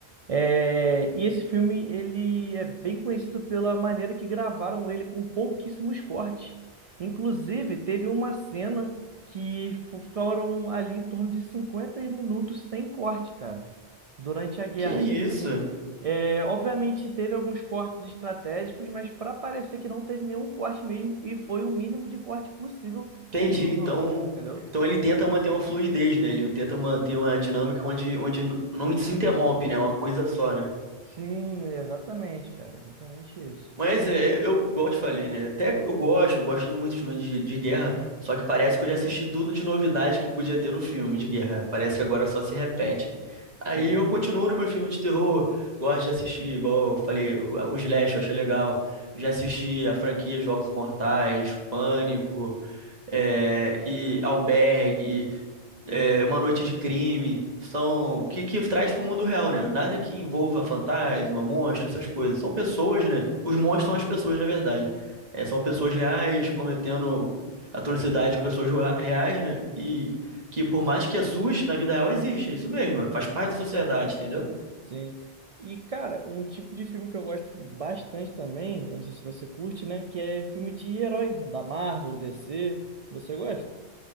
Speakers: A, on the right (about 65°); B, on the right (about 40°).
A: É, e esse filme ele é bem conhecido pela maneira que gravaram ele com pouquíssimos cortes. Inclusive, teve uma cena que fo- foram ali em torno de 50 minutos sem corte, cara, durante a guerra.
B: Que isso?
A: Então, é, obviamente teve alguns cortes estratégicos, mas para parecer que não teve nenhum corte mesmo e foi o mínimo de corte possível
B: Entendi.
A: que ele usou,
B: Então,
A: entendeu?
B: então ele tenta manter uma fluidez, né? Ele tenta manter uma dinâmica onde, onde n- não se interrompe, né? Uma coisa só, né?
A: Sim, exatamente, cara, exatamente isso.
B: Mas é, eu, igual eu te falei, né? Até eu gosto, eu gosto muito de filme de, de guerra, só que parece que eu já assisti tudo de novidade que podia ter no filme de guerra. Parece que agora só se repete.
A: Sim,
B: Aí eu continuo no meu filme de terror, gosto de assistir, igual eu falei, o o Slash, eu achei legal. Já assisti a franquia Jogos Mortais, Pânico, é, e Albergue é, Uma Noite de Crime, são que, que traz para o mundo real, né? Nada que envolva fantasma, monstro, essas coisas. São pessoas, né? Os monstros são
A: sim.
B: as pessoas, na verdade. É, são pessoas reais cometendo atrocidade com pessoas rea- reais, né? E que por mais que assuste, na vida real existe, é isso mesmo, faz parte da sociedade, entendeu?
A: sim. E, cara, um tipo de filme que eu gosto bastante também, eu não sei se você curte, né, que é filme de herói, da Marvel, DC. Você gosta?